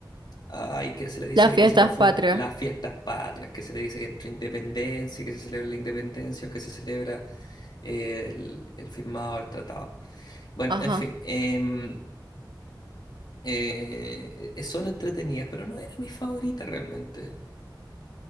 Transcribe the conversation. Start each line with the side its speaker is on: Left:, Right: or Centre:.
Left: ay, que se le dice
Right: Las fiestas
Left: que se confunde
Right: patrias.
Left: las fiestas patrias, que se le dice que entre independencia, que se celebra la independencia o que se celebra el, el firmado, el tratado. Bueno,
Right: Ajá.
Left: en fin, em, eh, eh, son entretenidas, pero no era mi favorita realmente,